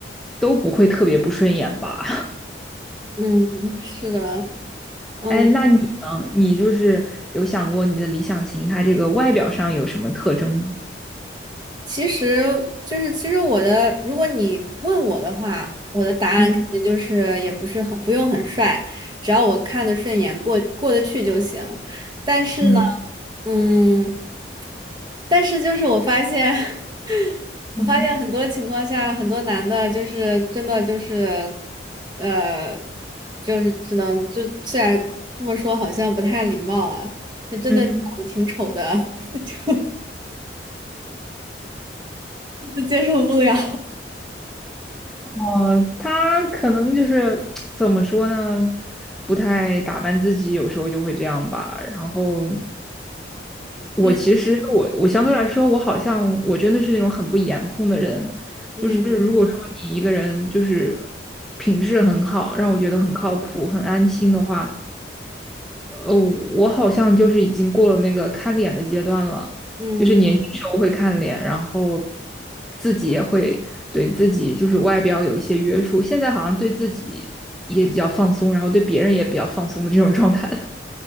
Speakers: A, in the centre; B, on the right (about 25°).
A: 都不会特别不顺眼吧。
B: 嗯，是的。嗯。
A: 哎，那你呢？你就是有想过你的理想型，他这个外表上有什么特征吗？
B: 其实就是，其实我的，如果你问我的话，我的答案肯定就是也不是很不用很帅，
A: 嗯
B: 只要我看得顺眼，过过得去就行。但是呢，
A: 嗯
B: 嗯，但是就是我发现，<laughs>
A: 嗯。
B: 我发现很多情况下，很多男的就是真的就是，呃，就是只能就虽然这么说好像不太礼貌啊，就真的长得挺丑的，
A: 嗯，
B: <laughs> 就就 <laughs> 接受不了。
A: 呃，他可能就是怎么说呢，不太打扮自己，有时候就会这样吧。然后我其实我我相对来说，
B: <laughs> 嗯。
A: 我好像我真的是那种很不颜控的人，
B: 嗯
A: 就是如果说你一个人就是品质很好，让我觉得很靠谱、很安心的话，呃，我好像就是已经过了那个看脸的阶段了。
B: 嗯，
A: 就是年轻时候会看脸，然后自己也会对自己就是外表有一些约束，现在好像对自己也比较放松，然后对别人也比较放松的这种状态了。